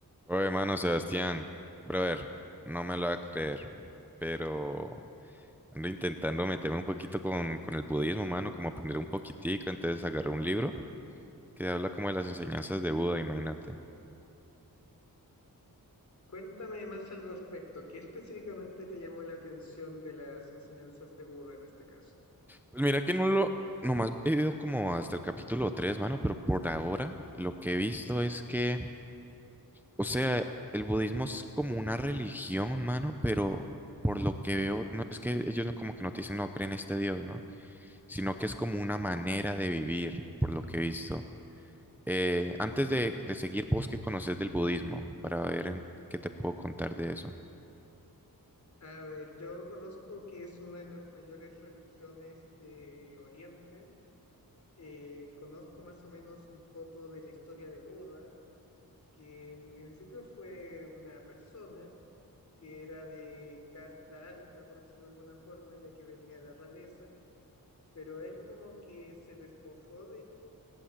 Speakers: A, in the centre; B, on the left (about 50°).
A: Oye, mano, Sebastián, brother, no me lo va a creer, pero ando intentando meterme un poquito con, con el budismo, mano, como aprender un poquitico, entonces agarré un libro que habla como de las enseñanzas de Buda, imagínate.
B: Cuéntame más al respecto. ¿Qué específicamente te llamó la atención de las enseñanzas de Buda en este caso?
A: Pues mira que no lo, nomás he ido como hasta el capítulo 3 mano, pero por ahora lo que he visto es que, o sea, el budismo es como una religión, mano, pero por lo que veo, no, es que ellos no- como que no te dicen, no creen en este Dios, ¿no? sino que es como una manera de vivir, por lo que he visto. Eh, antes de, de seguir, ¿vos qué conoces del budismo? Para ver en qué te puedo contar de eso.
B: A ver, yo conozco que es una de las mayores religiones de Oriente. Eh, conozco más o menos un poco de la historia de Buda, que en principio fue una persona que era de casta alta, por decirlo de alguna forma, ya que venía de la realeza, pero él como que se despojó